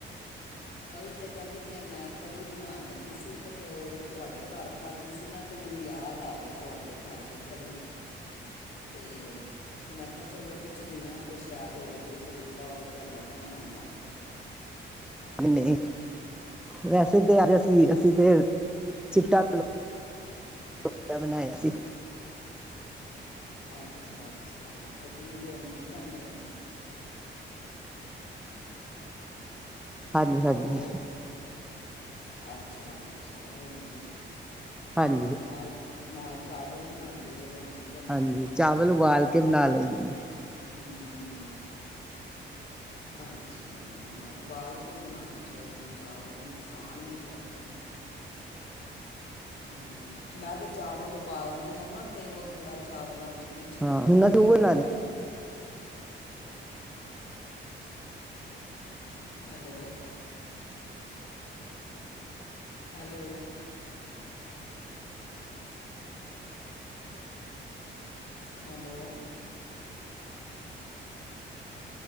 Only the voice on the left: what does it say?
ਉਹੀ ਤੇ ਕਹਿੰਦੀ ਪਈਐ ਮੈਂ ਕੜੀ ਬਣਾਉਣ ਲੱਗੀ ਸੀ। ਤੇ ਫੇਿਰ ਉਦੋਂ ਤੁਹਾਡੇ ਘਰ ਖਾਧੀ ਸੀ ਨਾ। ਤੇ ਮੈਨੂੰ ਯਾਦ ਆ ਗਈ ਤੁਹਾਡੇ ਘਰ ਦੀ ਕੜੀ।
ਅਤੇ ਮੈਂ ਕਿਹਾ ਚਲੋ ਪੁੱਛਦੀ ਹਾਂ ਕਿ ਸ਼ਾਇਦ ਹੋਰ ਕੋਈ ਤਰੀਕਾ ਹੋਵੇ ਤੁਹਾਡਾ ਬਣਾਉਣ ਦਾ
ਅੱਛਾ-ਅੱਛਾ ਉਹ ਜਿਹਨੂੰ ਰੋਂਗੀ ਕਹਿੰਦੇ ਨੇ
ਹੈਲੋ
ਅੱਛਾ-ਅੱਛਾ ਰੋਂਗੀ।
ਨਾਲ-ਨਾਲ ਚਾਵਲ ਬਣਾਉਂਦੇ ਹੋ ਰੋਂਂਗੀ ਦੇ ਨਾਲ।
ਹਮ-ਹਮ ਅੱਛਾ ਹਾਂ ਉਬਾਲ ਕੇ ਹੀ ਬਣਾਉਣੇ ਚਾਹੀਦੇ ਨੇ ਚਾਵਲ ਨੁਕਸਾਨ ਨਹੀਂ ਕਰਦੇ। ਹਾਂ ਮੈਂ ਤੇ' ਚਾਵਲ ਉਬਾਲਣੀ ਆ ਨਾ ਤੇ ਉਹ ਜਿਹੜਾ ਚਾਵਲਾਂ ਦੀ ਪਿੱਛ ਨਿਕਲਦੀ
ਏ।
ਹੈਲੋ। ਹੈਲੋ। ਹੈਲੋ।